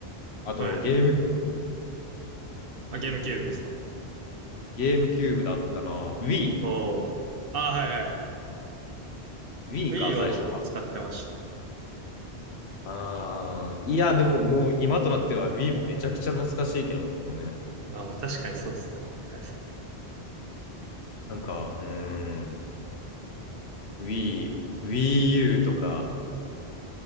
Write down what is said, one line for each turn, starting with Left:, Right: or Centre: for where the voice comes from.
Left: あとゲームキューブ、
Right: はい。あ、ゲームキューブですか。
Left: ゲームキューブだったな。Wii、
Right: おー。あ、はいはい。
Left: Wii
Right: Wii
Left: か、最初は。
Right: は僕も使ってました。
Left: ああ、いや、でももう今となっては Wii もめちゃくちゃ懐かしいけどね。
Right: あ、もう確かにそうですね、思い返せば。
Left: なんか、うーん、Wii、Wii U とか